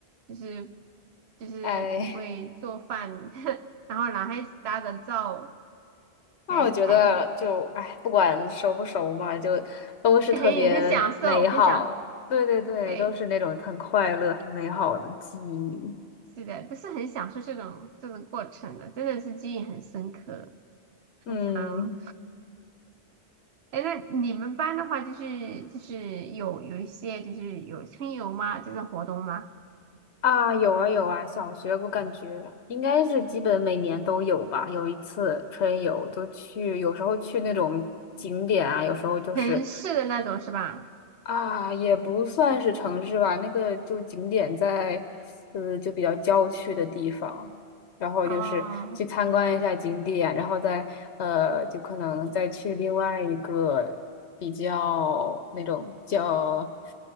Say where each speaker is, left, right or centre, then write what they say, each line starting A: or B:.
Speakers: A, on the right; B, on the left.
A: 就是就是不会做饭，
B: <laughs> 哎，
A: <laughs> 然后男孩子搭的灶，
B: 那我觉得就，
A: 还有裁缝，
B: 哎，不管熟不熟嘛，就都是特别美好的，
A: 很很享受，很享，
B: 对对对，
A: 对，
B: 都是那种很快乐、很美好的记忆。
A: 是的，都是很享受这种这种过程的，真的是记忆很深刻。平常，
B: 嗯。
A: 哎，那你们班的话，就是就是有有一些就是有春游吗？这种活动吗？
B: 啊，有啊有啊，小学我感觉应该是基本每年都有吧，有一次春游就去，有时候去那种景点啊，有时候就是。
A: 城市的那种是吧？
B: 啊，也不算是城市吧，那个就景点在，呃，就比较郊区的地方，然后就是去参观一下景点，
A: 哦
B: 然后再呃，就可能再去另外一个比较那种叫